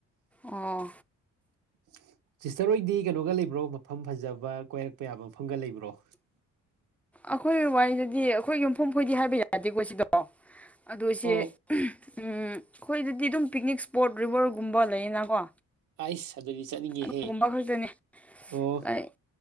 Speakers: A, in the centre; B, on the right (about 85°).
A: ꯑꯣ
B: <inaudible> ꯁꯤꯁꯇꯔ ꯍꯣꯏꯗꯤ ꯀꯩꯅꯣꯒ ꯂꯩꯕ꯭ꯔꯣ ꯃꯐꯝ ꯐꯖꯕ ꯀꯣꯏꯔꯛꯄ ꯌꯥꯕ ꯃꯐꯝꯒ ꯂꯩꯕ꯭ꯔꯣ
A: ꯑꯈꯣꯏ ꯋꯥꯏꯗꯗꯤ ꯑꯈꯣꯏ ꯌꯨꯝꯐꯝ ꯈꯣꯏꯗꯤ ꯍꯥꯏꯕ ꯌꯥꯗꯦꯀꯣ ꯁꯤꯗꯣ ꯑꯗꯨꯏꯁꯦ
B: ꯑꯣ
A: ꯎꯝ ꯑꯈꯣꯏꯗꯗꯤ ꯑꯗꯨꯝ ꯄꯤꯛꯅꯤꯛ ꯏꯁ꯭ꯄꯣꯠ ꯔꯤꯕ꯭ꯔꯒꯨꯝꯕ ꯂꯩꯌꯦꯅꯀꯣ
B: ꯑꯩꯁ ꯑꯗꯨꯗꯤ ꯆꯠꯅꯤꯡꯉꯦꯍꯦ
A: ꯑꯗꯨꯒꯨꯝꯕ ꯈꯛꯇꯅꯤ
B: ꯑꯣ
A: ꯂꯥꯏꯛ